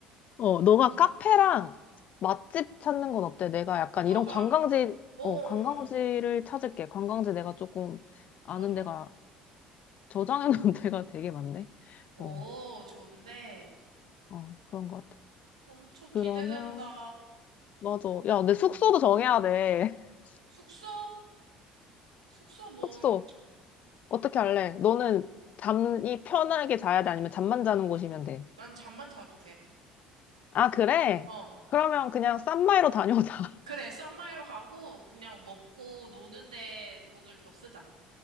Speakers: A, on the left; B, on the right.
A: 어, 너가 카페랑 맛집 찾는 건 어때? 내가 약간
B: 좋아,
A: 이런
B: 좋아.
A: 관광지,
B: 어어어.
A: 어, 관광지를 찾을게. 관광지 내가 조금 아는
B: 좋아, 좋아.
A: 데가 저장해 놓은 <laughs> 데가 되게 많네.
B: 오,
A: 어,
B: 좋은데.
A: 어, 그런 것 같아.
B: 엄청
A: 그러면,
B: 기대된다.
A: 맞아. 야, 내 숙소도 정해야 돼. <laughs>
B: 숙소, 숙소 뭐,
A: 숙소. 어떻게 할래? 너는 잠이 편하게 자야 돼? 아니면 잠만 자는 곳이면 돼?
B: 난 잠만 자도 돼.
A: 아, 그래?
B: 어.
A: 그러면 그냥 싼마이로 다녀오자. <laughs>
B: 그래, 싼마이로 가고, 그냥 먹고 노는데 돈을 더 쓰자.